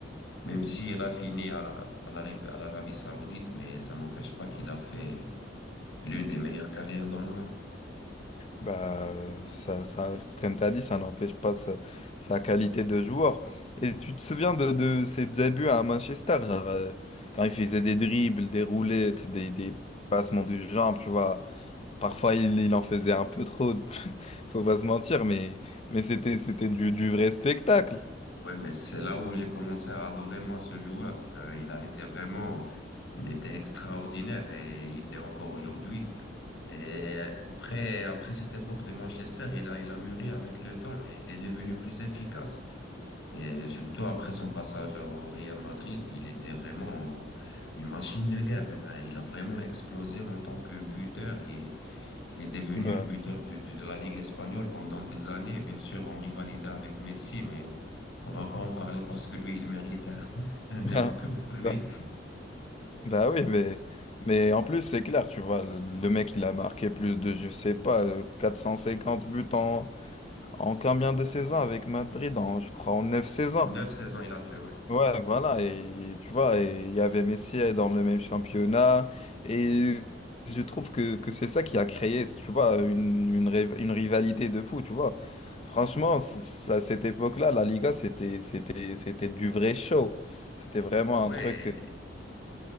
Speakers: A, on the left (about 75°); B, on the left (about 35°).
A: Même si elle a fini à, à l'Arabie à l'Arabie Saoudite, mais ça n'empêche pas qu'il a fait l'une des meilleures carrières dans le monde.
B: Bah, ça, ça, comme tu as dit, ça n'empêche pas sa, sa qualité de joueur. Et tu te souviens de, de ses débuts à Manchester, genre, euh, quand il faisait des dribbles, des roulettes, des, des passements de jambes, tu vois. Parfois, il, il en faisait un peu trop, <laughs> faut pas se mentir, mais, mais c'était, c'était du, du vrai spectacle.
A: Ouais, mais c'est là où j'ai commencé à adorer moi ce joueur. Enfin, il a été vraiment, il était extraordinaire et il l'est encore aujourd'hui. Et après, après cette époque de Manchester, il a, il a mûri avec le temps et il est devenu plus efficace. Et surtout après son passage au Real Madrid, il était vraiment une machine de guerre. Ben, il a vraiment explosé en tant que buteur et il est devenu
B: Bah,
A: le buteur de, de, de la Ligue espagnole pendant des années, bien sûr en rivalité avec Messi, mais on va pas en parler parce que lui, il mérite un, <laughs> un débat
B: <laughs>
A: que pour lui.
B: bah, bah oui, mais, mais en plus, c'est clair, tu vois, le le mec, il a marqué plus de, je sais pas, euh, 450 buts en, En combien de saisons avec Madrid? En, je crois en 9 saisons.
A: Neuf saisons, il a fait, ouais.
B: Ouais, voilà. Et tu vois, et il y avait Messi dans le même championnat. Et je trouve que, que c'est ça qui a créé, tu vois, une, une, riv- une rivalité de fou, tu vois. Franchement, c- c- à cette époque-là, la Liga, c'était, c'était, c'était du vrai show. C'était vraiment
A: Ben ouais,
B: un truc.